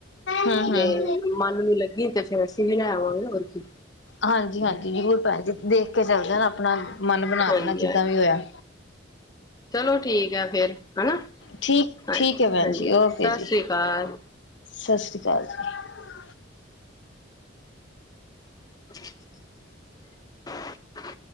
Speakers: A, on the left; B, on the left.
A: ਹਮ ਹਮ
B: ਜੇ ਮਨ ਨੂੰ ਲੱਗੀ ਤੇ ਫੇਰ ਅਸੀਂ ਵੀ ਲੈ ਆਵਾਂਗੇ ਹੋਰ ਕਿ
A: ਹਾਂਜੀ-ਹਾਂਜੀ ਜ਼ਰੂਰ <unintelligible> ਦੇਖ ਕੇ ਚੱਲਦੇ ਨਾ ਆਪਣਾ ਮਨ ਬਣਾਨਾ
B: ਹਾਂਜੀ
A: ਜਿੱਦਾਂ
B: ਹਾਂਜੀ
A: ਵੀ ਹੋਇਆ-
B: ਚਲੋ ਠੀਕ ਹੈ ਫਿਰ ਹੈਨਾ,
A: ਠੀਕ
B: ਹਾਂਜੀ-ਹਾਂਜੀ
A: ਠੀਕ ਹੈ ਭੈਣ ਜੀ ਓਕੇ
B: ਸਤਿ
A: ਜੀ
B: ਸ੍ਰੀ ਅਕਾਲ।
A: ਸਤਿ ਸ਼੍ਰੀ ਅਕਾਲ ਜੀ।
B: <unintelligible>